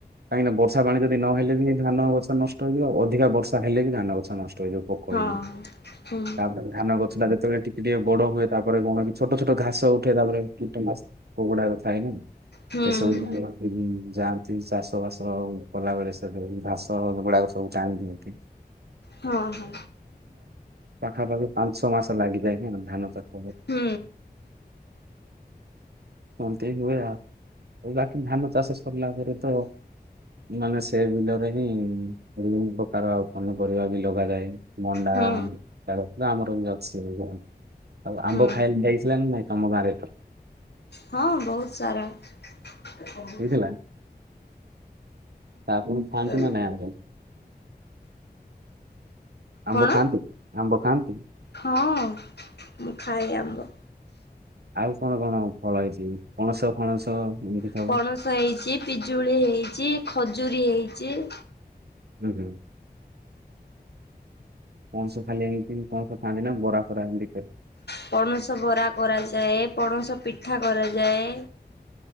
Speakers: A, on the right; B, on the left.
A: କାହିଁକି ନା ବର୍ଷା ପାଣି ଯଦି ନହେଲେ ବି ଧାନ ଗଛ ନଷ୍ଟ ହେଇଯିବ ଅଧିକା ବର୍ଷା ହେଲେ ବି ଧାନ ଗଛ ନଷ୍ଟ ହେଇଯିବ ପୋକ
B: ହଁ।
A: ହେଇକି।
B: ହୁଁ
A: ତାପରେ ଧାନ ଗଛ ଟ ଯେତେବେଳେ ଟିକେ ଟିକେ ବଡ ହୁଏ। ତାପରେ କଣ କି ଛୋଟ ଛୋଟ ଘାସ ଉଠେ ତାପରେ କୀଟନାସକ ପୋକ ଗୁଡାକ ଥାଏ ନା।
B: ହୁଁ
A: ସେସବୁ ଯାଆନ୍ତି ଚାଷ ବାସ କଲା ବଳେ ସେ ଘାସ ଗୁଡାକ ସବୁ ସବୁ ଟାଣି ଦିଅନ୍ତି।
B: ହଁ ହଁ
A: ପାଖା ପାଖି ପାଞ୍ଚ ଛଅ ମାସ ଲାଗିଯାଏ ନା ଧାନ ଚାଷ
B: ହୁଁ।
A: ଏମିତି ହୁଏ ଆଉ ଆଉ ବାକି ଧାନ ଚାଷ ସରିଲା ପରେ ତ ମାନେ ସେ ବିଲରେ ହିଁ ବିଭିନ୍ନ ପ୍ରକାର ଆଉ ପନିପରିବା ବି ଲଗାଯାଏ ମଣ୍ଡା
B: ହୁଁ
A: ଆମ ଏମିତିଆ ଗଛ ଟେ ଆମର ଵି ଅଛି। ଆଉ ଆମ୍ବ
B: ହୁଁ
A: ଖାଇଲେ ଯାଇଥିଲାନା ନାଇଁ ତମ ଗାଁରେ ଏଥର
B: ହଁ ବହୁତ ସାରା ହୁଁ
A: ହେଇଥିଲା ତା ଆପଣ ଖାଆନ୍ତି
B: ଏ
A: ନା ନାଇଁ ଆମ୍ବ ଆମ୍ବ
B: କଣ
A: ଖାଆନ୍ତିୁ ଆମ୍ବ ଖାଆନ୍ତି।
B: ହଁ ମୁଁ ଖାଏ ଆମ୍ବ।
A: ଆଉ କଣ କଣ ଫଳ ହେଇଛି ପଣସ ଫଣସ। ଏମିତି ସବୁ
B: ପଣସ ହେଇଛି ପିଜୁଳି ହେଇଛି ଖଜୁରୀ ହେଇଛି।
A: ହୁଁ ହୁଁ। ପଣସ ଖାଲି ଏମିତି ପଣସ ଖାଆନ୍ତି ନା ବରା ଫରା ଏମିତି
B: ପଣସ ବରା କରାଯାଏ ପଣସ ପିଠା କରାଯାଏ।